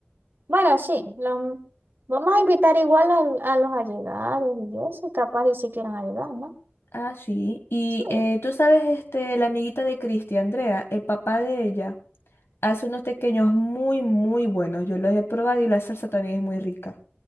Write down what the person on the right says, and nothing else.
Bueno, sí. lo- vamos a invitar igual al- a, los allegados y eso. Capaz y si quieran ayudar, ¿no?
Sí.